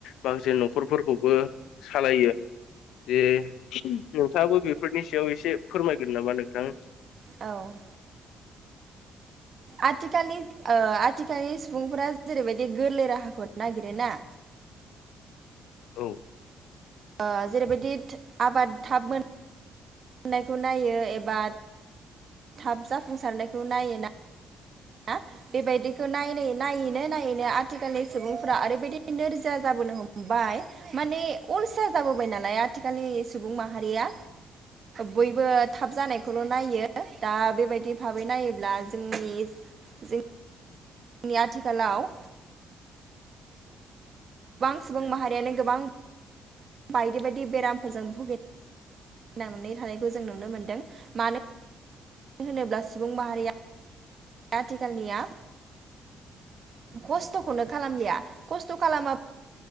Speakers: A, on the left (about 80°); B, on the right (about 45°).
A: माखासे नखरफोरखौबो सालायो‌। बे नोंथाङाबो बेफोरनि सायाव एसे फोरमायगोन नामा नोंथां?
B: औ आथिखालनि ओ आथिखालनि सुबुंफोरा जेरैबायदि गोरलै राहाखौ नागिरो ना
A: औ
B: ओ जेरैबायदि आबाद थाब मोन नायखौ नायो एबा थाब जाफुंसारनायखौ नायोना ना बेबायदिखौ नायै नायैनो नायैनो आथिखालनि सुबुंफ्रा ओरैबायदि नोरजिया जाबोनो हमबाय माने अलसि जाबोबाय नालाय आथिखालनि सुबुं माहारिया बयबो थाब जानायखौल' नायो दा बेबायदि भाबै नायोब्ला जोंनि जों जोंनि आथिखालाव गोबां सुबुं माहारियानो गोबां बायदि बायदि बेरामफोरजों भुगि नांनानै थानायखौ जों नुनो मोनदों मानो मानो होनोब्ला सुबुं माहारिया आथिखालनिया खस्थ'खौनो खालामलिया खस्थ' खालामा।